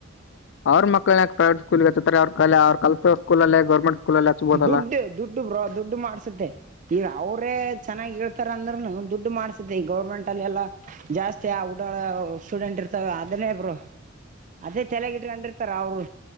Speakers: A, on the left; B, on the right.
A: ಅವ್ರ್ ಮಕ್ಳನ್ಯಾಕ್ ಪ್ರೈವೇಟ್ ಸ್ಕೂಲ್ ಹಚ್ಚತಾರೆ ಅವ್ರ್ ಕಲೆ ಅವ್ರ್ ಕಲ. ಸ್ಕೂಲ್ ಲೆ ಗೌರ್ಮೆಂಟ್. ಸ್ಕೂಲಲ್ಲಿ ಹಚ್ಬೋದಲ್ಲ
B: ದುಡ್ಡು ದುಡ್ಡು ಬ್ರೋ ದುಡ್ಡು ಮಾಡ್ಸತ್ತೆ ಈಗ ಅವ್ರ್. <unintelligible> ಚೆನ್ನಾಗಿ ಹೇಳ್ತಾರ ಅಂದ್ರನು ದುಡ್ಡು ಮಾಡ್ಸಿತ್ತೆ ಈ ಗೌರ್ಮೆಂಟ್ ಅಲ್ಲಿ ಎಲ್ಲಾ ಜಾಸ್ತಿ ಆ ಉಡಾಳ. ಸ್ಟೂಡೆಂಟ್ ಇರ್ತಾವ ಅದನೇ ಬ್ರೋ. ಅದೇ ತಲೆಗಿಟ್ಕಂಡಿರ್ತಾರ ಅವ್ರು